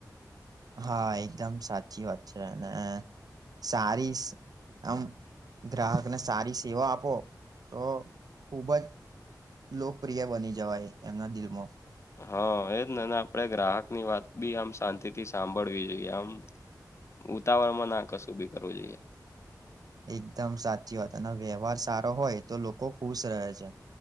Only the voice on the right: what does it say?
હા એકદમ સાચી વાત છે અને સારી આમ ગ્રાહકને સારી સેવા આપો તો ખુબ જ લોકપ્રિય બની જવાય એમના દિલમાં.
એકદમ સાચી વાત અને વ્યવહાર સારો હોય તો લોકો ખુશ રહે છે.